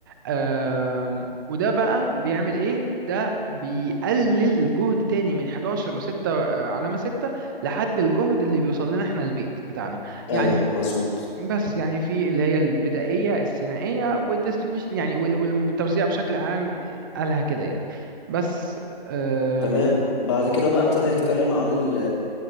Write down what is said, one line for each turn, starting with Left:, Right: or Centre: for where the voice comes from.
Right: آم، وده بقى بيعمل ايه ده بيقلل الجهد تاني من 11 و6 علامة 6 لحد الجهد اللي بيوصل لنا احنا البيت بتاعنا
Left: ايوه
Right: يعني
Left: مظبوط
Right: بس يعني في اللي هي البدائية الثنائية والديستريبيوشن يعني وال- والتوزيع بشكل عام قالها كده يعني بس أم،
Left: تمام بعد كده بقى ابتدى يتكلم عن ال